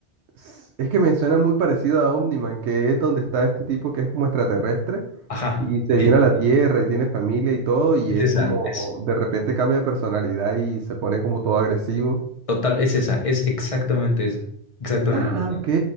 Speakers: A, on the right; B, on the left.
A: S- Es que me suena muy parecido a Omniman, que es donde está este tipo que es como extraterrestre
B: Ajá,
A: y se
B: sí,
A: viene a la Tierra y tiene familia y todo y
B: es
A: es
B: esa,
A: como
B: es
A: de repente cambia de personalidad y se pone como todo agresivo.
B: total, es esa, es exactamente esa, exactamente
A: Ah,
B: esa.
A: ok.